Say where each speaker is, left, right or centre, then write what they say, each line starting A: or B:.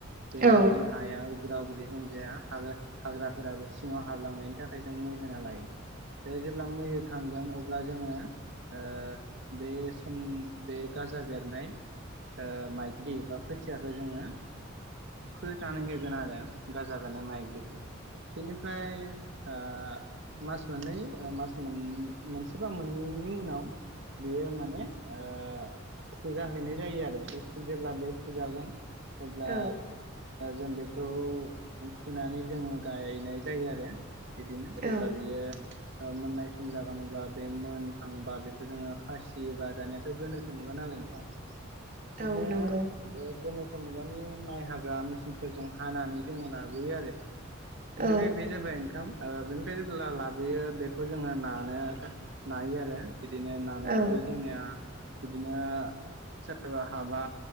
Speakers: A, on the right (about 60°); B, on the right (about 45°).
A: बे
B: औ
A: जेन हायाव उदाव गद्रि जों जाया हाग हाग्राफोराबो सिङाव हाबलांनायनि थाखाय जों मै होना लायो। बे जेब्ला मै खांगोन अब्ला अब्ला जोङो बे बे गाजा बेरनाय माइग्लि बा खोथियाखौ जोङो। फोथानै होगोन आरो गाजा बेनाय माइग्लिखौ बेनिफ्राय फ्राय मास मोननै मास मोन मोनसेबा मोननैनि उनाव बेयो माने ओ फुजा हैनाय जायो आरो बे जेब्ला बे फुजागोन। अब्ला
B: औ
A: जों बेखौ फुनानै जोङो गायनाय जायो आरो। बिदिनो
B: औ
A: जेब्ला बियो मोननाय सम जागोन। अब्ला बे मोनहांबा बेखौ जोङो खासि बा दानियाथ' गोनोखो मुगा नालाय नोंथां। बिदिनो।
B: औ नंगौ
A: बे गोनोखो मुगानि माइ हाग्रा मेचिनफोरजों हानानै जोङो लाबोयो आरो बेनिफ्राय
B: औ
A: बे जाबाय ओंखाम बेनिफ्राय जेब्ला लाबोयो बेखौ जोङो नानो नायो आरो बिदिनो नायाबो
B: औ
A: जोंनिया बिदिनो सोरबा हाबा